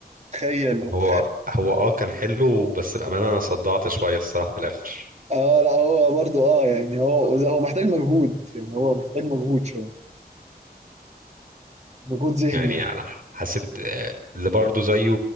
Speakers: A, on the right; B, on the right.
A: تخيل وتخ...
B: هو هو اه كان حلو بس بأمانة انا صدعت شوية الصراحة في الآخر
A: اه لا هو برضو اه يعني هو هو محتاج مجهود يعني هو محتاج مجهود شويه مجهود ذهني
B: يعني
A: يعني
B: انا ح- حسيت آه، اللي برضه زيه